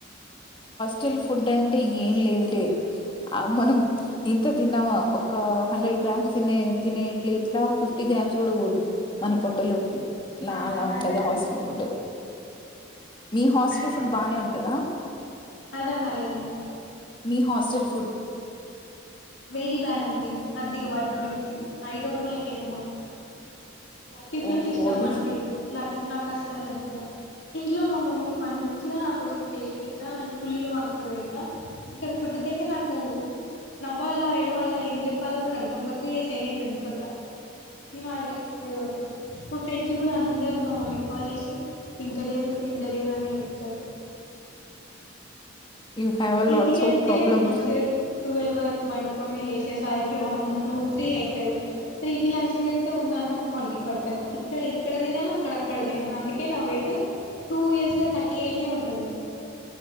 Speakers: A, on the left; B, on the left.
A: టిల్ ఫుడ్డ్ అంటె ఇంగేం లేదులే అ మనం ఇంత తిన్నవా ఒక్క హండ్రెడ్ గ్రామ్స్ తినే తినె ప్లేట్ లో ఫిఫ్టీ గ్రామ్స్ గుడ వోదు మన పొట్టలోకి లాలా
B: ఆ
A: ఉంటది
B: అదే
A: హాస్టల్
B: అండి
A: ఫుడ్డ్ నీ హాస్టల్
B: అదే
A: ఫుడ్డ్
B: అండి
A: బానే ఉంటదా
B: అర్థం కాలేదండి
A: మీ హాస్టల్ ఫుడ్
B: వెరీ బ్యాడ్ అండి అద్దిగ వాటి గురించి I don't like anymore tiffins
A: oh
B: ఇష్టం
A: గాడ్
B: అండి లంచ్ నాక్ అస్సల్ నచ్చదు ఇంట్లో మా మమ్మీ మంచ్ నా కోసం చేష్పెట్టినా నేన్ ఫుల్ల్ వంకల్ పెడ్తా ఇక్కడ ఫుడ్డుకైతె నాకు నవ్వాలా ఎడ్వాలా ఏం చెప్పాలో కూడ అర్థం కాక ఇగ సైలెంట్ఉండిపోత తినాలె ఏదో ఒకటి మా ఫ్రెండ్స్ గుడ అందరూ మా మమ్మిక్ కాల్ చేశి తింటలేదు తింటలేదనే చేప్తరు
A: you have a
B: ఇంటికెళ్తే
A: lots of ప్రాబ్లమ్
B: మంచిగా టువెల్ వరక్ పండుకొని లేశేసరికి వన్ టూ త్రీ ఐతది త్రీకి లంచ్ చేత్తె ఉన్నన్నం ఒంటిక్ పట్టది ఇక్కడ ఇక్కడ తినన్ అక్కడ అక్కడ తినన్ అందుకే నా వెయిట్ టూ ఇయర్స్ ల థర్టీ ఏయి ట్టె ఉంటుంది